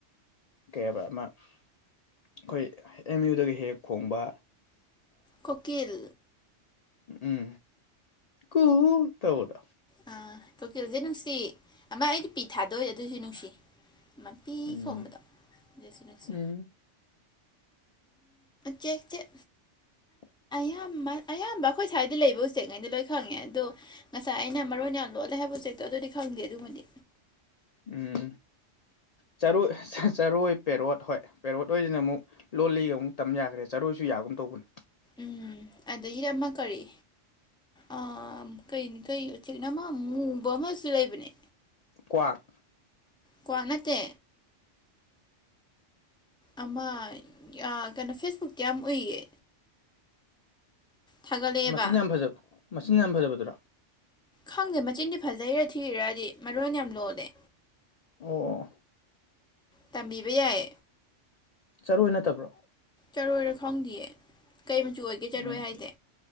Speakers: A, on the left; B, in the centre.
A: ꯀꯌꯥꯕ ꯑꯃ ꯑꯩꯈꯣꯏ ꯑꯦꯝ ꯌꯨꯗꯒꯤ ꯍꯦꯛ ꯈꯣꯡꯕ
B: ꯀꯣꯀꯤꯜ
A: ꯎꯝ ꯀꯨ ꯇꯧꯕꯗꯣ
B: ꯑꯥ ꯀꯣꯀꯤꯜꯁꯦ ꯅꯨꯡꯁꯤ ꯑꯃ ꯑꯩꯗꯤ ꯄꯤ ꯊꯥꯗꯣꯏꯗꯣ ꯑꯗꯨꯁꯨ ꯅꯨꯡꯁꯤ ꯃꯄꯤ
A: ꯎꯝ
B: ꯊꯣꯡꯕꯗ ꯖꯁꯨ ꯅꯨꯡꯁꯤ
A: ꯎꯝ
B: ꯆꯦꯛ ꯆꯦꯛ
A: <unintelligible>
B: ꯑꯌꯥꯝꯕ ꯑꯌꯥꯝꯕ ꯑꯩꯈꯣꯏ ꯁ꯭ꯋꯥꯏꯗ ꯂꯩꯕ ꯎꯆꯦꯛꯉꯩꯩꯅ ꯂꯣꯏ ꯈꯪꯉꯦ ꯑꯗꯣ ꯉꯁꯥꯏ ꯑꯩꯅ ꯃꯔꯣꯟ ꯌꯥꯝ ꯂꯣꯠꯂꯦ ꯍꯥꯏꯕ ꯎꯆꯦꯛꯇꯣ ꯑꯗꯨꯗꯤ ꯈꯪꯗꯦ ꯑꯗꯨꯃꯗꯤ
A: ꯎꯝ ꯆꯔꯣꯏ ꯆꯔꯣꯏ ꯄꯦꯔꯣꯠ ꯍꯣꯏ ꯄꯦꯔꯣꯠ ꯍꯣꯏꯁꯤꯅ ꯑꯃꯨꯛ ꯂꯣꯜꯂꯤ ꯑꯃꯨꯛ ꯇꯝ ꯌꯥꯈ꯭ꯔꯦ ꯆꯔꯣꯏꯁꯤ ꯌꯥꯒꯨꯝ ꯇꯧꯕꯅꯤ
B: ꯎꯝ ꯑꯗꯒꯤꯗꯤ ꯑꯃ ꯀꯔꯤ ꯑ ꯀꯩ ꯀꯩ ꯑꯃ ꯃꯨꯕ ꯑꯃꯁꯨ ꯂꯩꯕꯅꯦ
A: ꯀ꯭ꯋꯥꯛ
B: ꯀ꯭ꯋꯥꯛ ꯅꯠꯇꯦ ꯑꯃ ꯀꯩꯅꯣ ꯐꯦꯁꯕꯨꯛꯇꯤ ꯌꯥꯝ ꯎꯏꯌꯦ ꯊꯥꯒꯠꯂꯛꯑꯦꯕ
A: ꯃꯆꯤꯟ ꯌꯥꯝ ꯐꯖꯕ ꯃꯆꯤꯟ ꯌꯥꯝ ꯐꯖꯕꯗꯨꯔꯥ
B: ꯈꯪꯗꯦ ꯃꯆꯤꯟꯗꯤ ꯐꯖꯩꯔꯥ ꯊꯤꯔꯗꯤ ꯃꯔꯣꯟ ꯌꯥꯝ ꯂꯣꯜꯂꯦ
A: ꯑꯣ
B: ꯇꯝꯕꯤꯕ ꯌꯥꯏ
A: ꯆꯔꯣꯏ ꯅꯠꯇꯕ꯭ꯔꯣ
B: ꯆꯔꯣꯏꯔ ꯈꯪꯗꯌꯦ ꯀꯩ ꯃꯆꯨ ꯑꯣꯏꯒꯦ ꯆꯔꯣꯏ
A: ꯎꯝ
B: ꯍꯥꯏꯁꯦ